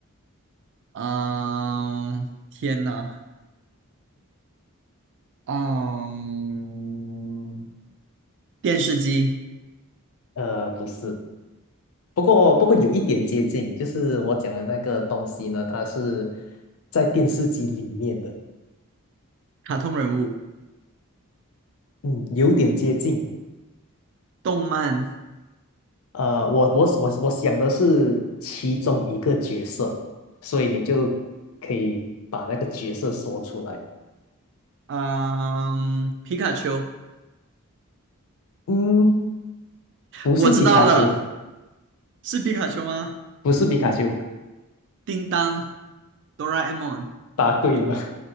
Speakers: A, on the right (about 55°); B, on the left (about 70°).
A: 嗯、天呐，嗯、电视机、
B: 呃，不是，不过不过有一点接近，就是我讲的那个东西呢，它是在电视机里面的，
A: 卡通人物、
B: 嗯，有点接近。
A: 动漫，
B: 呃，我我我我想的是其中一个角色，所以你就可以把那个角色说出来。
A: 嗯、皮卡丘，
B: 嗯，不是皮卡丘，
A: 我知道了，是皮卡丘吗？
B: 不是皮卡丘，
A: 叮当，哆啦 A 梦，
B: 答对了，